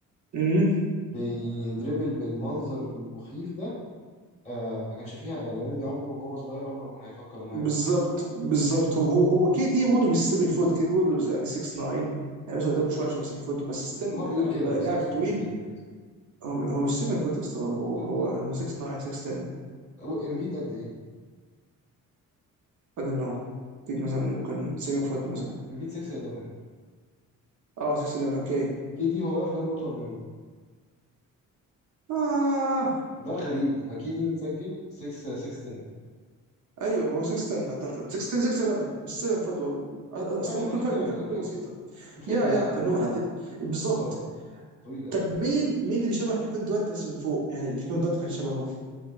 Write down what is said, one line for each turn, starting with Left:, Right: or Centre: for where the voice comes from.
Right: مم.
Left: بيدربل بالمنظر المخيف ده آه ما كانش فيها يعني ويمبي عمره وهو صغير عمره ما كان هيفكر ان هو
Right: بالظبط
Left: يبقى الدود
Right: بالظبط هو هو هو كي دي برضه مش 7 فوت كي دي برضه يعني 6 9 يعني بس قدامه شويه عشان 7 فوت بس ستيل
Left: هو
Right: يعني
Left: بيقول كده
Right: لا-
Left: بس
Right: لاعب
Left: هو 7
Right: طويل
Left: فوت يا دود
Right: هو هو مش 7 فوت يا اسطى هو
Left: دود
Right: هو
Left: دود
Right: هو 6 9 6 10
Left: هو امبيد قد ايه؟
Right: I don't know اكيد مثلا ممكن 7 فوت مثلا
Left: امبيد 6 11
Right: اه 6 11 اوكي
Left: كي دي هو واقف جنبه اطول منه
Right: آه
Left: ده الغريب ان كي دي متسجل 6 6 10
Right: ايوه ما هو 6 10 اعتقد 6 10 6 11 مش 7 فات برضه أ- أ- اصل
Left: يعني
Right: ممكن فرق
Left: يعني
Right: فرق
Left: اوكي
Right: بسيطه
Left: الفكره
Right: يا يا
Left: يعني
Right: فانه
Left: اللي هو
Right: حد بالظبط
Left: تو هاي طويل قوي
Right: طب مين مين اللي شبه كيفن دورانت بس من فوق يعني اللي كيفن دورانت كان شبهه